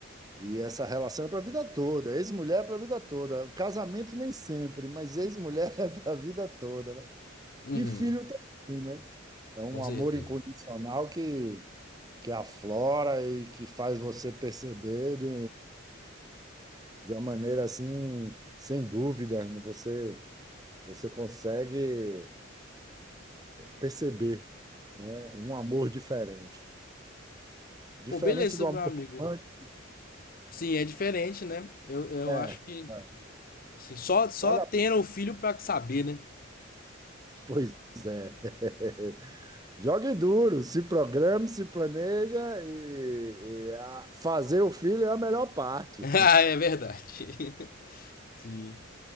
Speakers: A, on the right; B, on the left.
A: e essa relação é para a vida toda, ex-mulher é para a vida toda. O casamento nem sempre, mas ex-mulher <laughs> é para a vida toda, né?
B: Uhum,
A: E filho também, né? É um
B: com certeza.
A: amor incondicional que, que aflora e que faz você perceber de, de uma maneira assim, sem dúvida, você você consegue perceber, né, um amor diferente. Diferente
B: Pô, beleza,
A: do amor
B: meu amigo.
A: romântico,
B: Sim, é diferente, né? Eu, eu
A: é,
B: acho que,
A: é.
B: assim, só, só
A: Vale
B: tendo
A: a-
B: o filho pra saber, né?
A: Pois é. <laughs> Jogue duro, se programe, se planeja e, e a- fazer o filho é a melhor parte,
B: <laughs> Ah, é verdade. <laughs> Sim.